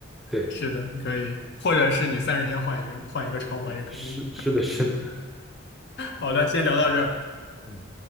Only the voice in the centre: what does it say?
对，
是是的，是的，
嗯。